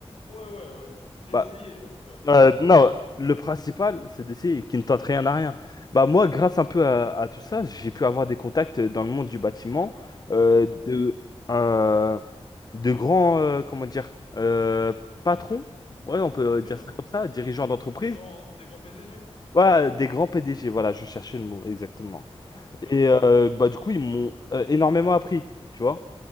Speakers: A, on the left (about 70°); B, on the left (about 40°).
A: ouais, ouais, ouais. J'ai
B: Bah,
A: essayé, en tout cas.
B: euh, non, le principal, c'est d'essayer qui ne tente rien à rien. Bah
A: C'est
B: moi,
A: ça,
B: grâce
A: ouais.
B: un peu à, à tout ça, j'ai pu avoir des contacts dans le monde du bâtiment, euh,
A: D'accord.
B: de un- de grands, euh, comment dire, euh, patrons. Ouais, on peut
A: Ok,
B: dire
A: ouais.
B: ça comme ça, dirigeants d'entreprise.
A: Des grands, des grands PDG.
B: Ouais, des grands PDG. Voilà, je cherchais le mot exactement.
A: Ok.
B: Et euh, bah du coup, ils m'ont euh, énormément appris, tu vois.